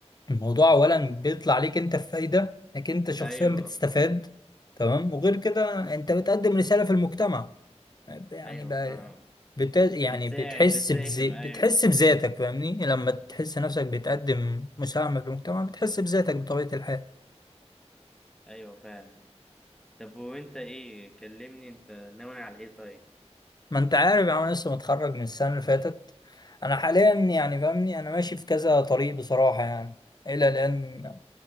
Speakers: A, on the left; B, in the centre.
A: الموضوع أولا بيطلع عليك أنت في فايدة إنك أنت شخصيا
B: ايوه
A: بتستفاد تمام وغير كده أنت بتقدم رسالة في المجتمع يعني
B: ايوه
A: بقى
B: فاهم
A: بت... يعني
B: بتساعد
A: بتحس
B: بتساهم
A: بزي...
B: ايوه
A: بتحس بذاتك فاهمني لما تحس نفسك بتقدم مساهمة في المجتمع بتحس بذاتك بطبيعة الحال
B: ايوه فعلا طب وانت ايه كلمني انت ناوي على ايه طيب
A: ما انت عارف يعني انا لسه متخرج من السنة اللي فاتت انا حاليا يعني فاهمني انا ماشي في كذا طريق بصراحة يعني الى الان